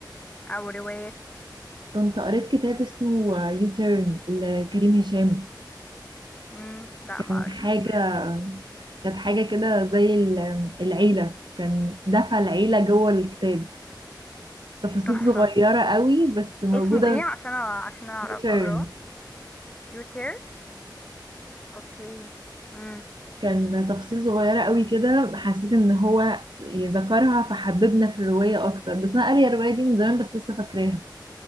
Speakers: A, on the left; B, on the right.
A: او روايات
B: كنت قريت كتاب اسمه يو تيرن لكريم هشام
A: امم لا
B: كان
A: ما قريتهوش
B: حاجة كانت حاجة كده زي ال- العيلة كان دفع العيلة جوه الكتاب تفاصيل
A: تحفه
B: صغيرة قوي بس موجودة
A: اسمه ايه عشان أ- عشان أعرف
B: في يو تيرن
A: اقراه يوتير اوكي امم
B: كان تفاصيل صغيرة قوي كده حسيت ان هو يذكرها فحببنا في الرواية اكتر بس انا قارية الرواية دي من زمان بس لسه فاكراها